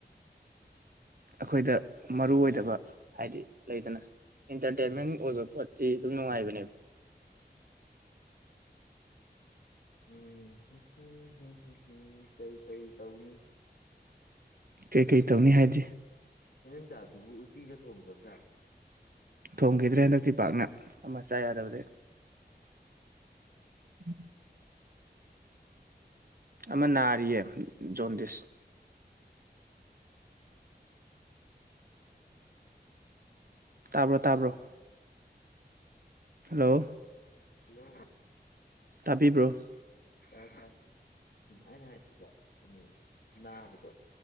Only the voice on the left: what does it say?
ꯎꯝ ꯍꯨꯝ ꯍꯨꯝ ꯍꯨꯝ ꯍꯨ ꯍꯨꯝ ꯀ ꯩ ꯀꯩ ꯇꯧꯅꯤ
<unintelligible> ꯆꯥꯗꯨꯕꯨ ꯎꯇꯤꯒ ꯊꯣꯡꯗ꯭ꯔꯕꯖꯥꯠꯂꯣ
ꯍꯜꯂꯣ
ꯇꯥꯏ ꯇꯥꯏ ꯎꯝ ꯑꯩꯅ ꯍꯥꯏꯗꯤꯀꯣ ꯎꯝ ꯅꯥꯕꯗꯣ